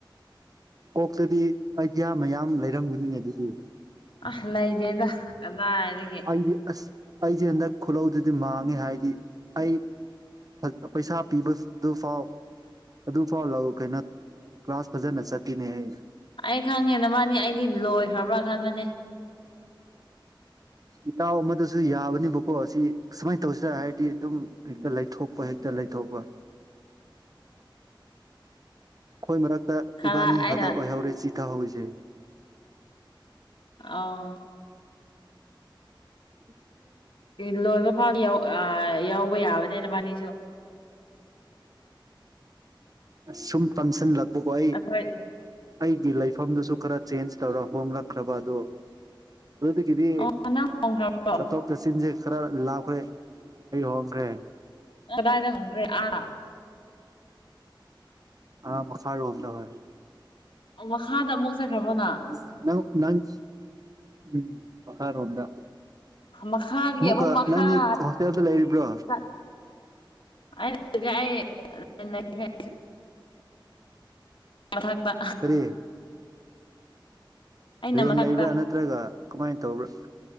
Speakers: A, on the right; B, on the left.
A: ꯀꯣꯛꯇꯗꯤ ꯑꯥꯏꯗꯤꯌꯥ ꯃꯌꯥꯝ ꯂꯩꯔꯝꯒꯅꯤꯅꯦ ꯑꯗꯨꯗꯤ
B: ꯑꯥ ꯂꯩꯗꯦꯗ ꯀꯗꯥꯏꯗꯒꯤ
A: ꯑꯩꯗꯤ ꯑꯁ ꯑꯩꯖꯦ ꯍꯟꯗꯛ ꯈꯨꯜꯂꯧꯗꯨꯗꯤ ꯃꯥꯡꯉꯦ ꯍꯥꯏꯗꯤ ꯑꯩ ꯐ ꯄꯩꯁꯥ ꯄꯤꯕ ꯗꯨ ꯐꯥꯎ ꯑꯗꯨ ꯐꯥꯎ ꯂꯧ ꯀꯩꯅꯣ ꯀ꯭ꯂꯥꯁ ꯐꯖꯅ ꯆꯠꯇꯅꯦ ꯑꯩ
B: ꯑꯩ ꯈꯪꯉꯦ ꯅꯕꯥꯅꯤ ꯑꯩꯗꯤ ꯂꯣꯏꯈ꯭ꯔꯕ꯭ꯔꯥ ꯈꯟꯕꯅꯦ
A: ꯏꯇꯥꯎ ꯑꯃꯥꯗꯨꯁꯨ ꯌꯥꯕꯅꯤꯕꯀꯣ ꯑꯁꯤ ꯁꯨꯃꯥꯏꯟ ꯇꯧꯁꯤꯔ ꯍꯥꯏꯔꯗꯤ ꯑꯗꯨꯝ ꯍꯦꯛꯇ ꯂꯩꯊꯣꯛꯄ ꯍꯦꯛꯇ ꯂꯩꯊꯣꯛꯄ ꯈꯣꯏ ꯃꯔꯛꯇ
B: ꯈꯔ
A: ꯏꯕꯥꯅꯤ
B: ꯑꯩꯅ
A: ꯈꯛꯇ ꯑꯣꯏꯍꯧꯔꯦ ꯆꯤꯊꯥꯍꯧꯔꯤꯁꯦ
B: ꯑꯣ
A: <inaudible>
B: ꯏꯟ ꯂꯣꯏꯕ ꯐꯥꯎ ꯌꯧ ꯑꯥ ꯌꯥꯎꯕ ꯌꯥꯕꯅꯦ ꯅꯕꯥꯅꯤ
A: ꯁꯨꯝ ꯇꯟꯁꯤꯟꯂꯛꯄꯀꯣ ꯑꯩ
B: ꯑꯩꯈꯣꯏ
A: ꯑꯩꯒꯤ ꯂꯩꯐꯝꯗꯨꯁꯨ ꯈꯔ ꯆꯦꯟꯖ ꯇꯧꯔ ꯍꯣꯡꯂꯛꯈ꯭ꯔꯕ ꯑꯗꯣ ꯑꯗꯨꯗꯒꯤꯗꯤ
B: ꯑꯣ ꯅꯪ ꯍꯣꯡꯈ꯭ꯔꯕ꯭ꯔꯣ
A: ꯆꯠꯊꯣꯛ ꯆꯠꯁꯤꯟꯖꯦ ꯈꯔ ꯂꯥꯞꯈ꯭ꯔꯦ ꯑꯩ ꯍꯣꯡꯈ꯭ꯔꯦ
B: ꯀꯗꯥꯏꯗꯥ ꯍꫭꯡꯈ꯭ꯔꯦ ꯑꯥ
A: ꯑꯥ ꯃꯈꯥꯔꯣꯝꯗ ꯍꯣꯏ
B: ꯃꯈꯥꯗ ꯑꯃꯨꯛ ꯆꯠꯈ꯭ꯔꯕꯅ
A: <unintelligible> ꯃꯈꯥꯔꯣꯝꯗ
B: ꯃꯈꯥꯗꯒꯤ
A: ꯑꯃꯨꯛꯀ
B: ꯑꯃꯨꯛ ꯃꯈꯥ
A: ꯅꯪꯗꯤ ꯍꯣꯁꯇꯦꯜꯗ ꯂꯩꯔꯤꯕ꯭ꯔꯣ
B: ꯆꯠ <unintelligible> ꯃꯥꯊꯛꯇ
A: ꯀꯔꯤ
B: ꯑꯩꯅ
A: ꯔꯦꯟ
B: ꯃꯊꯛꯇꯥ
A: ꯂꯩꯕ꯭ꯔꯥ ꯅꯠꯇ꯭ꯔꯒ ꯀꯃꯥꯏꯅ ꯇꯧꯕ꯭ꯔꯥ